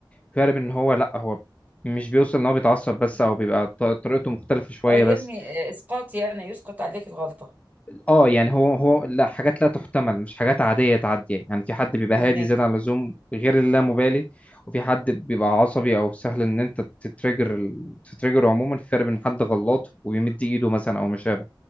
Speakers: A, on the left (about 15°); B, on the right (about 20°).
A: في فرق بين ان هو لا هو مش بيوصل ان هو بيتعصب بس او بيبقى ط- طريقته مختلفة شوية
B: اه يرمي
A: بس
B: آه، اسقاط يعني يسقط عليك الغلطة
A: اه يعني هو هو لا حاجات لا تحتمل مش حاجات عادية تعدي يعني في حد بيبقى
B: فهماك
A: هادي زيادة عن اللزوم غير اللامبالي وفي حد بيبقى عصبي او سهل ان انت تتريجر ال- تتريجر عموما في فرق بين حد غلط ويمد ايده مثلا او ما شابه